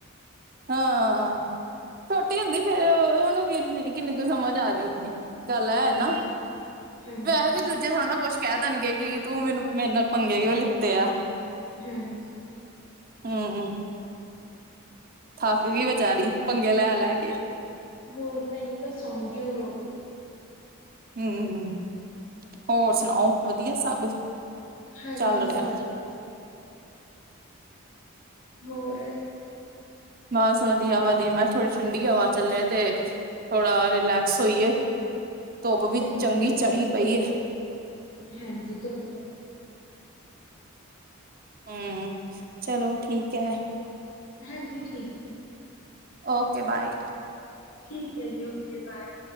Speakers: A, on the right; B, on the left.
A: ਹਾਂ ਛੋਟੀ ਹੁੰਦੀ ਫੇਰ ਉਹਨੂੰ ਕਿੰਨੀ ਕਿੰਨੀ ਕੁ ਸਮਾਂ ਜਾ ਜਾਊਗੀ ਗੱਲ
B: ਹਾਂਜੀ,
A: ਨਾ
B: ਹਾਂਜੀ।
A: ਵੈਸੇ ਵੀ ਦੂਜ ਜੇ ਥੋੜੇ ਨਾ ਕੁਛ ਕਹਿ ਦੇਣਗੇ ਕਿ ਤੂੰ ਮੈਨੂੰ ਮੇਰੇ ਨਾਲ ਪੰੰਗੇ ਕਿ ਉਹਂ ਲਿੱਤੇ ਆ
B: ਹਮ ਹਮ
A: ਹਾਂਮ ਥੱਕ ਗਈ ਬੇਚਾਰੀ ਪੰਗੇ ਲੈ ਲੈ ਕੇ
B: ਹੋਰ ਤਾਂ ਉਹ ਤਾਂ ਸੌਂਗੀ ਹੋਰੋਟੀ
A: ਹਮ ਹ ਹੋਰ ਸੁਣਾਓ ਵਧੀਆ ਸਭ
B: ਹਾਂਜੀ
A: ਚੱਲ ਰਿਹਾ
B: ਸਪਤ ਹੋਰ
A: ਬਸ ਵਧੀਆ ਵਧੀਆ ਮੈਂ ਕਿਹਾ ਥੋੜ੍ਹੀ ਠੰਡੀ ਹਵਾ ਚੱਲੇ ਤੇ ਥੋੜਾ ਰਿਲੈਕਸ ਹੋਈਏ ਧੁੱਪ ਵੀ
B: ਚਲੋ
A: ਚੰਗੀ
B: ਵਧੀਆ,
A: ਚੜੀ ਪਈ ਹੈ
B: ਹਾਂਜੀ ਧੁੱਪ ਤਾਂ
A: ਹਮ ਚਲੋ ਠੀਕ ਹੈ
B: ਹਾਂਜੀ ਠੀਕ ਹੈ ਜੀ
A: ਓਕੇ ਬਾਏ
B: ਠੀਕ ਹੈ ਜੀ ਓਕੇ ਬਾਏ